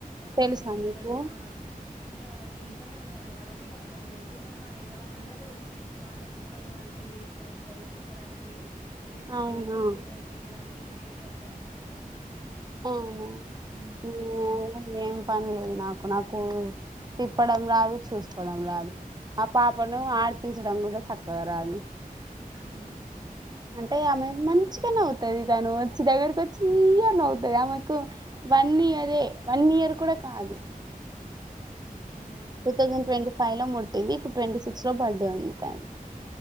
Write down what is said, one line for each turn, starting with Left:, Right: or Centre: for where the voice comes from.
Centre: ఒక
Right: తెలుసా
Centre: చిన్న పిల్లలు
Right: మీకు?
Centre: ఆట్ ఇంకా దీంట్లోనే ఉంటాన్నాం కాబట్టి అందరు తెలుసు ఐయ్ ఇ వాళ్ళందరూ వాళ్ళ కుక్కలను వాళ్ళ కిందకి తీసుకొని వస్తారు తిప్పడానికి విట్ ఫుడ్
Right: అవునా!
Centre: తిని పెట్టడానికి ఇక్కడికి వస్తా నేను
Right: అవునే
Centre: హ్మ్.
Right: ఏం పనిలేదు నాకు నాకు ఓహో తిప్పడం రాదు చూసుకోవడం రాదు ఆ పాపను ఆడిపించడం కూడా చక్కగా రాదు
Centre: హా
Right: అంటే ఆమె మంచిగ నవ్వుతాది తను వచ్చి దగ్గరకు వచ్చి ఈ అని నవ్వుతాది ఆమెకి వన్ ఇయర్ యే వన్ ఇయర్ కూడా కాదు
Centre: హ్మ్.
Right: టూ థౌజండ్
Centre: ఎవ్
Right: ట్వంటీ ఫైవ్ లో ముట్టింది ఇప్పుడు ట్వంటీ సిక్స్ లో బర్త్డే ఉంది తాడు